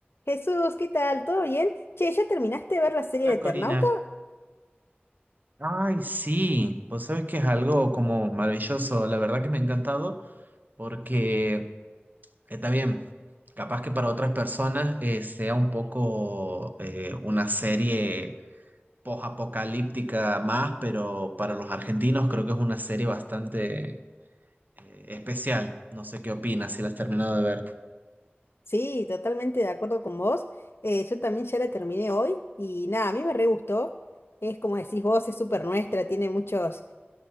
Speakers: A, on the left (about 75°); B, on the right (about 45°).
A: Jesús, ¿qué tal? ¿Todo bien? Che, ¿ya terminaste de ver la serie
B: La
A: de Eternauta?
B: Corina. Ay, sí, vos sabés que es algo como maravilloso, la verdad que me ha encantado, porque está bien, capaz que para otras personas eh, sea un poco eh, una serie post-apocalíptica más, pero para los argentinos creo que es una serie bastante eh, especial. No sé qué opinas si la has terminado de ver.
A: Sí, totalmente de acuerdo con vos. Eh, yo también ya la terminé hoy y nada, a mí me re gustó. Es como decís vos, es súper nuestra, tiene muchos